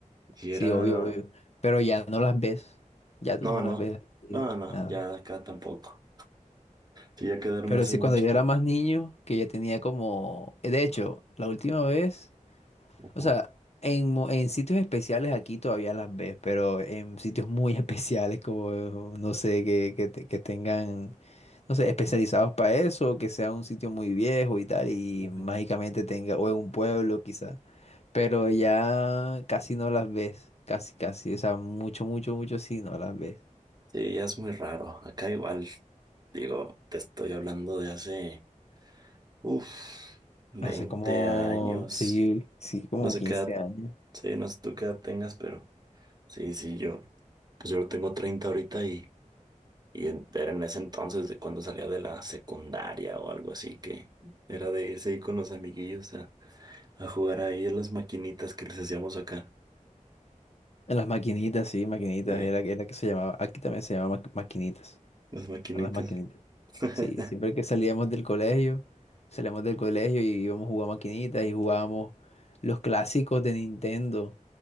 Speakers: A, on the right; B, on the left.
A: Y
B: sí,
A: era,
B: obvio, obvio. Pero ya no las ves, ya tú
A: No,
B: no las
A: no,
B: ves aquí,
A: no, no,
B: nada.
A: ya acá tampoco. Sí, ya quedaron
B: Pero
A: hace
B: sí,
A: mucho
B: cuando yo
A: tiempo.
B: era más niño, que ya tenía como, de hecho, la última vez.
A: Ajá,
B: O sea, en, mo- en sitios especiales aquí todavía las ves, pero en sitios muy <laughs> especiales como, no sé, que, que, te- que tengan, no sé, especializados para eso, o que sea un sitio muy viejo y tal, y
A: Ujú.
B: mágicamente tenga, o en un pueblo quizá, pero ya casi no las ves, casi, casi, o sea, mucho, mucho, mucho sí no las ves.
A: Sí, ya es muy raro. Acá igual, digo, te estoy hablando de hace, uff, 20
B: Hace como,
A: años.
B: sí, sí, como
A: No sé
B: 15
A: qué edad,
B: años.
A: sí, no sé tú qué edad tengas, pero sí, sí, yo, pues yo tengo 30 ahorita y, y en- era en ese entonces de cuando salía de la secundaria o algo así, que era de irse ahí con los amiguillos a, a jugar ahí a las maquinitas que les hacíamos acá.
B: En las maquinitas, sí, maquinitas,
A: Eh,
B: era, era que se llamaba, aquí también se llamaba ma- maquinitas.
A: Las maquinitas.
B: Eran las maquinitas.
A: <laughs>
B: Sí, siempre que salíamos del colegio, salíamos del colegio y íbamos a jugar maquinitas y jugábamos los clásicos de Nintendo,